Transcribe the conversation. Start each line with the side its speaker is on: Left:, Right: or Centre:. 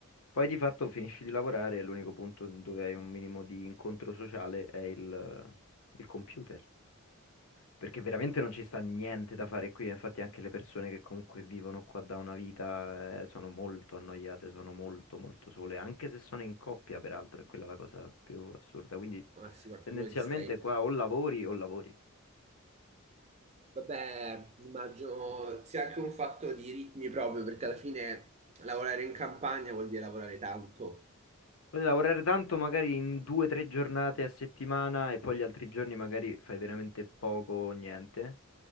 Left: poi di fatto finisci di lavorare e l'unico punto dove hai un minimo di incontro sociale è il, il computer, perché veramente non ci sta niente da fare qui, infatti anche le persone che comunque vivono qua da una vita, eh, sono molto annoiate, sono molto molto sole, anche se sono in coppia peraltro, è quella la cosa più assurda, quindi
Right: Ma sì, ma
Left: tendenzialmente
Right: figurati stai.
Left: qua o lavori o lavori.
Right: Vabbè, immagino sia anche un fatto di ritmi proprio, perché alla fine lavorare in campagna vuol dire lavorare tanto.
Left: Puoi lavorare tanto magari in due o tre giornate a settimana e poi gli altri giorni magari fai veramente poco o niente.